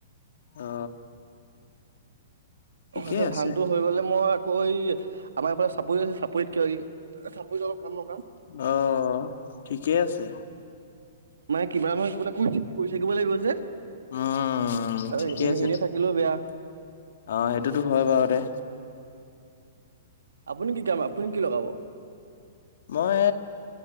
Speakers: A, on the left; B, on the right.
A: অ। ঠিকে
B: তপিছত
A: আছে
B: ধানটো হৈ গলে মই আকৌ এই আমাৰ এইফালে চাপৰি আছে চাপৰিত কিয় চাপৰিত অলপ কাম লগাম
A: অ ঠিকেই আছে।
B: মানে কিবা নহয় কিবা এটা ক কৈ থাকিব লাগিব যে।
A: উম
B: আৰু
A: ঠিকে
B: এনে
A: আছে
B: এনে থাকিলেও বেয়া।
A: অ সেইটোতো হয় বাৰু দে।
B: আপুনি কি কি আপুনি কি লগাব?
A: মই